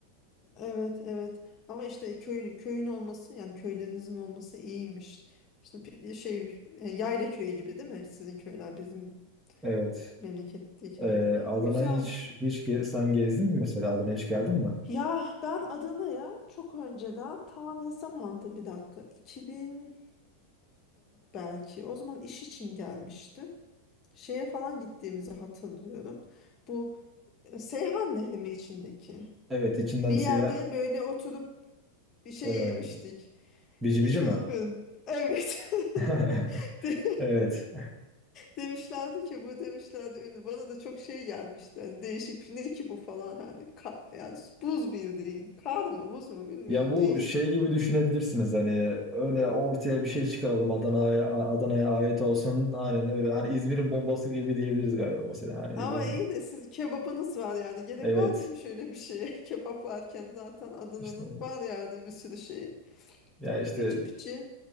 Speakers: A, on the left; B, in the centre.
A: evet evet. Ama işte köy, köyün olması yani köylerinizin olması iyiymiş. Şimdi pe- şey e, yayla köyü gibi değil mi? Sizin köyler bizim
B: Evet.
A: memleketteki
B: Ee,
A: gibi.
B: Adana'ya
A: Güzel.
B: hiç, hiç ge- sen gezdin mi mesela? Adana'ya hiç geldin mi?
A: Ya ben Adana'ya çok önceden ta ne zamandı bir dakika 2014 belki o zaman iş için gelmiştim. Şeye falan gittiğimizi hatırlıyorum. Bu e, Seyhan Nehri mi içindeki?
B: Evet, içinden
A: Bir
B: seyahat...
A: yerde böyle oturup bir şey
B: E,
A: yemiştik.
B: bici
A: Hiç
B: bici mi?
A: unutmuyorum. Evet.
B: <laughs>
A: <laughs> De-
B: Evet.
A: Demişlerdi ki bu demişlerdi ünlü. Bana da çok şey gelmişti. Hani değişik bir şey. ne ki bu falan hani ka- yani buz bildiğin. Kar mı buz mu bilmiyorum
B: Ya bu
A: neyse.
B: şey gibi düşünebilirsiniz hani öyle ortaya bir şey çıkaralım Adana'ya Adana'ya ait olsun aynen öyle hani İzmir'in bombası gibi diyebiliriz galiba mesela hani
A: Ama
B: İzmir
A: iyi de siz kebabınız var yani. Gerek
B: evet
A: var mıymış öyle bir şeye? <laughs> Kebap varken zaten Adana'nın
B: işte
A: var yani bir sürü şeyi.
B: ya işte
A: Bici bici.